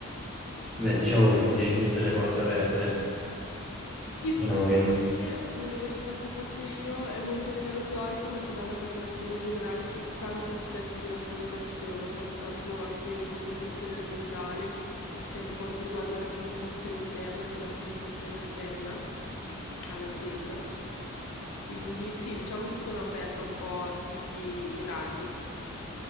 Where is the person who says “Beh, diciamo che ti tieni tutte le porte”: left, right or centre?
Centre